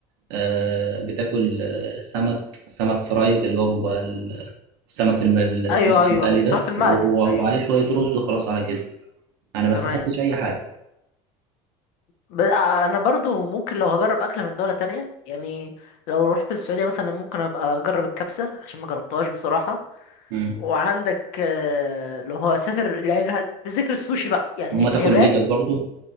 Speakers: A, on the right (about 80°); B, on the left (about 70°).
A: آه بتاكل آه سمك سمك فرايد اللي هو بيبقى ال- السمك الم- السمك
B: ايوه ايوه
A: المقلي
B: السمك
A: ده
B: المقلي
A: و- و-
B: ايوه
A: وعليه شويه رز وخلاص على كده انا ما
B: تمام
A: استفدتش اي حاجه
B: ب- آه، انا برضو ممكن لو هجرب اكله من دوله تانية يعني لو رحت السعوديه مثلا ممكن ابقى اجرب الكبسه عشان ما جربتهاش بصراحه
A: مم.
B: وعندك آه، لو هسافر يعني ه- بذكر السوشي بقى يعني
A: وما
B: في
A: تاكل
B: اليابان
A: بايدك برضو